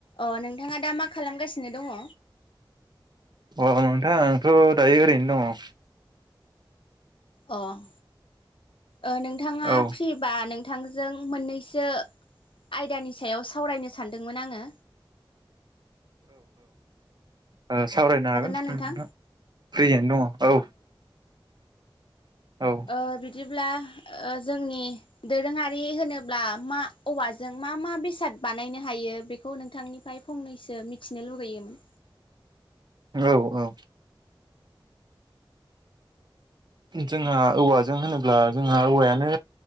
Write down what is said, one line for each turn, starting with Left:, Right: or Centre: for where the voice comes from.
Left: अह नोंथाङा दा मा खालामगासिनो दङ?
Right: अह नोंथां आंथ' दायो ओरैनो दङ।
Left: अह। ओ नोंथाङा
Right: औ
Left: फ्रिबा नोंथांजों मोननैसो आयदानि सायाव सावरायनो सानदोंमोन आङो।
Right: ओ सावरायनो हागोन
Left: ना
Right: ओं
Left: नोंथां?
Right: नोंथा। फ्रियैनो दङ औ। औ
Left: ओ बिदि ब्ला ओ जोंनि दोरोङारि होनोब्ला मा औवाजों मा मा बेसाद बानायनो हायो बेखौ नोंथांनिफाय फंनैसो मिथिनो लुगैयोमोन।
Right: औ औ जोंहा औवाजों होनोब्ला जोंहा औवायानो